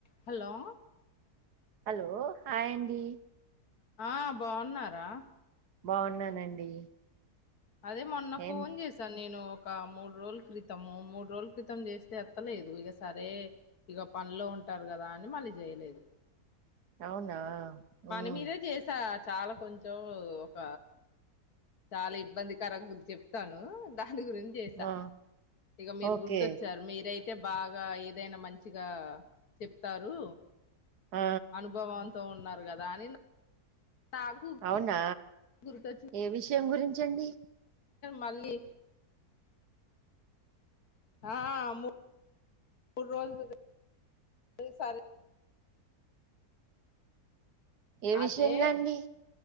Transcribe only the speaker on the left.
Hello.
ఆహ్ బాగున్నారా.
అదే మొన్న ఫోన్
చేశా నేను. ఒక మూడు రోజుల క్రితం మూడు రోజుల క్రితం చేస్తే ఎత్తలేదు ఇక సరే ఇక పనిలో ఉన్నా. ఉంటారు కదా అని మళ్ళీ చేయలేదు.
పని
మీదే చేసా చాలా కొంచెం ఒక. చాలా ఇబ్బందికరంగా ఉంది చెప్తాను దా. దాని గురించి చేసా
ఇక మీరు
గుర్తొచ్చారు మీరయితే. అయితే బాగా ఏదైనా మంచిగా చెప్తారు
అనుభవం. తో ఉన్నారు కదా అని. నాకు
గుర్తొచ్చింది.
మళ్ళీ ఆహ్ ము. మూడు రోజులు ఈ సరే
అదే